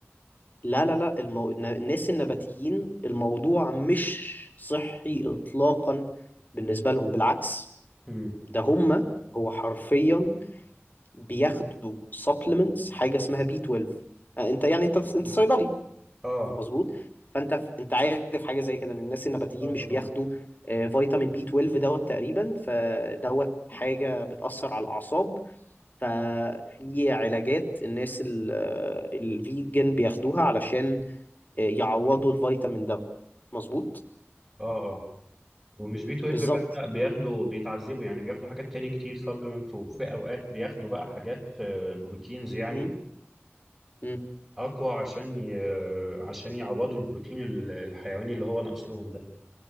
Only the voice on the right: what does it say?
امم
مم.
اه
اه
اه
اه ومش بي 12
بس لا بياخدوا بيتعذبوا يعني بياخدوا حاجات تاني كتير سبلمنت وفي اوقات بياخدوا بقى حاجات آه، بروتينز يعني
اقوى عشان ي... عشان يعوضوا البروتين ال- الحيواني اللي هو ناقص لهم ده